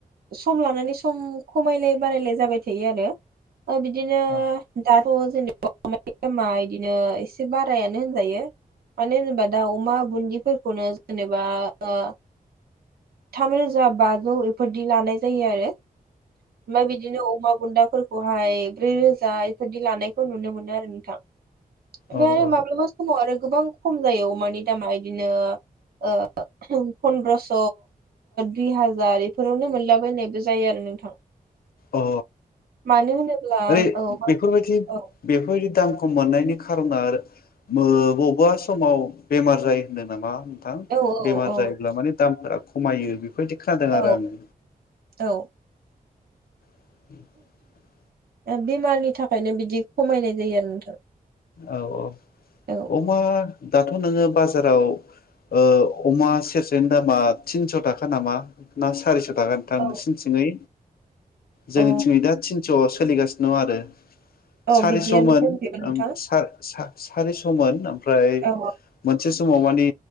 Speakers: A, on the right; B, on the left.
A: सम लानानै सम खमायलाय बारायलाय जाबाय थायो आरो ओ बिदिनो
B: औ
A: दा थ जेनेबा अमानि दामा इदिनो एसे बारायानो होनजायो मानो होनेबा दा अमा बुन्दि फोरखौनो जेनेबा ओ थामरोजा बाजौ बेफोरदि लानाय जायो आरो ओफाय बिदिनो अमा बुन्दाफोर अ हाय ब्रै रोजा इफायदि लानायखौ नुनो मोनो आरो नोंथां ओमफाय
B: औ औ
A: माब्लाबा समाव आरो गोबां खम जायो अमानि दामा बिदिनो ओ पनन्द्रस' दुइ हाजार बेफोरावनो मोनलाबायनायबो जायो आरो नोंथां
B: अ
A: मानो होनोब्ला
B: ओरै
A: औ
B: बेफोरबायदि-बेफोरबायदि
A: औ
B: दाम खम मोननायनि खारना ओ बबा समाव बेमार जायो होनदों नामा नोंथां
A: औ
B: बेमार
A: औ
B: जायोब्ला माने नोंथां दामफोरा खमायो बे बायदि खोदों
A: औ
B: आरो आङो
A: औ
B: <inaudible>
A: ओ बेमारनि थाखायनो बिदि खमायनाय जायो आरो नोंथां
B: औ औ
A: औ
B: अमा दाथ' नोङो बाजाराव ओ अमा सेरसेनि दामा थिनस' थाखा नामा ना सारिस' थाख नोंथां
A: औ
B: नोंसिनिथिङै जोंनिथिंयै
A: औ
B: दा थिनस' सोलिगासिनों आरो
A: औ
B: सारिस'मोन
A: बिदियानो जोंनिखैबो नोंथां
B: ओम सा सा सारिस'मोन ओम फ्राय
A: औ
B: मोनसे समाव मानि